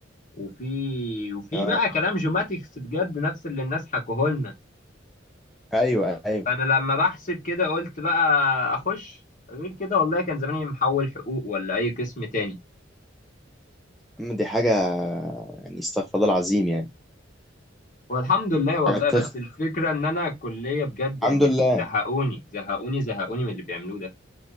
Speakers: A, on the left; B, in the centre.
A: وفي وفي
B: اه
A: بقى كلام جيوماتكس بجد نفس اللي الناس حكوه لنا
B: ايوه ايوه
A: فانا لما بحسب كده قلت بقى اخش غير كده والله كان زماني محول حقوق ولا اي قسم تاني
B: أما دي حاجه يعني استغفر الله العظيم يعني
A: والحمد لله
B: حاجه
A: والله بس
B: تخ...
A: الفكرة إن أنا الكلية بجد يعني
B: الحمد لله
A: زهقوني زهقوني زهقوني من اللي بيعملوه ده